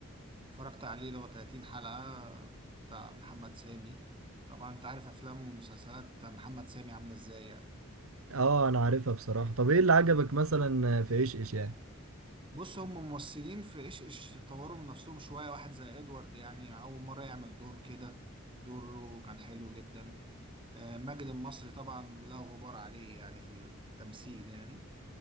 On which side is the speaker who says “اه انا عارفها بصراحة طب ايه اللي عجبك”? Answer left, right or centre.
Right